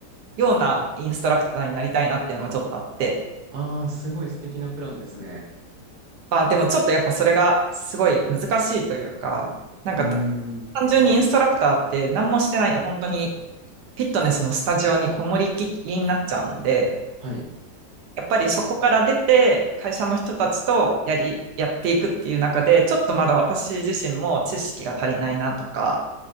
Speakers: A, on the right; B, on the right.
A: ようなインストラクターになりたいなっていうのがちょっとあって、
B: ああ、すごい素敵なプランですね。
A: まあ、でもちょっとやっぱそれがすごい難しいというか、なんかた
B: うーん。
A: 単純にインストラクターって何もしてないと本当にフィットネスのスタジオにこもりきりになっちゃうので、
B: はい。
A: やっぱりそこから出て会社の人たちとやり、やっていくっていう中で、ちょっとまだ私自身も知識が足りないなとか